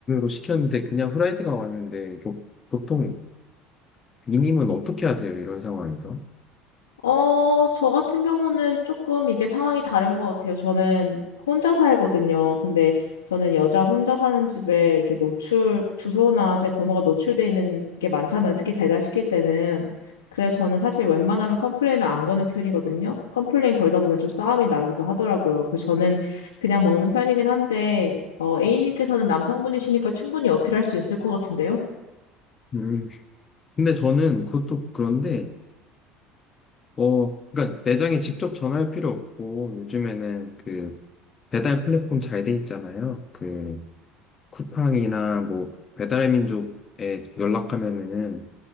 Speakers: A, on the left; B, on the left.
A: 시켰는데 그냥 후라이드가 왔는데 이거 보통 이님은 어떻게 하세요? 이런 상황에서?
B: 어, 저 같은 경우는 조금 이게 상황이 다른 것 같아요. 저는 혼자 살거든요. 근데 저는 여자 혼자 사는 집에 이렇게 노출, 주소나 제 번호가 노출돼 있는 게 많잖아요. 특히 배달시킬 때는. 그래서 저는 사실 웬만하면 컴플레인을 안 거는 편이거든요. 컴플레인 걸다 보면 좀 싸움이 나기도 하더라고요. 그래서 저는 그냥 먹는 편이긴 한데, 어, A님께서는 남성분이시니까 충분히 어필할 수 있을 것 같은데요?
A: 음, 근데 저는 그것도 그런데 어, 그러니까 매장에 직접 전화할 필요 없고 요즘에는 그 배달 플랫폼 잘 돼 있잖아요. 그 쿠팡이나 뭐 배달민족에 연락하면은